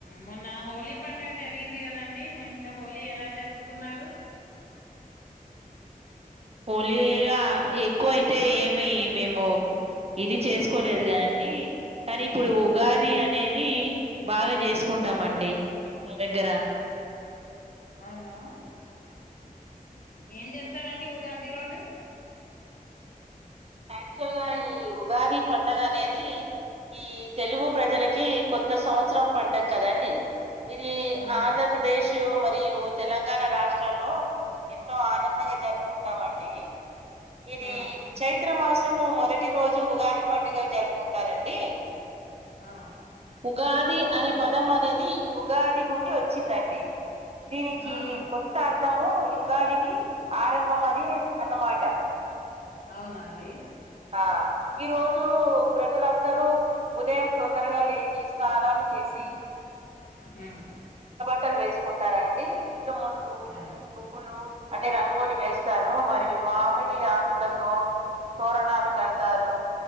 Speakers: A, on the left; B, on the right.
A: మొన్న హోలీ పండుగ జరిగింది కదండి మీ ఇంట్లో హోలీ ఎలా జరుపుకున్నారు
B: హోలీ ఇగా ఎక్కువ అయితే ఏమి మేము ఇది చేసుకోలేదు కానీ కానీ ఇప్పుడు ఉగాది అనేది బాగా చేసుకుంటాం అండి మా దగ్గరా
A: అవునా ఏం చేస్తారండి ఉగాది రోజు
B: యాక్చువల్ గా ఈ ఉగాది పండగ అనేది ఈ తెలుగు ప్రజలకీ కొత్త సంవత్సరం పండగ కదండి ఇది
A: అవును
B: ఆంధ్రప్రదేశు మ మరియూ తెలంగాణ రాష్ట్ర చ్చలో ఎంతో ఆనందంగా జరుపుకుంటామండీ ఇది
A: ఆ
B: చైత్ మాసము మొదటి రోజు ఉగాది పండుగ జరుపుకుంట ారండి
A: ఆ
B: ఉగాది అనే పదం అనేది యుగాది నుండి వచ్చిందండి దీనికి
A: ఆహా
B: కొత్త అర్థము యుగ్ దానికి ఆరంభం అని అన్నమాట
A: అవునండి
B: ఆ ఈ రోజు ప్రజలందరూ ఉదయం తొందరగా లేచి స్నానాలు చేసి
A: మ్మ్
B: క్కలు వేసుకుంటారండి ఇల్లు ముందు
A: ఆ
B: లు అంటే రంగోలి వేస్తారు మరియు మామిడి ఆకులతో తోరణాలు కడతారు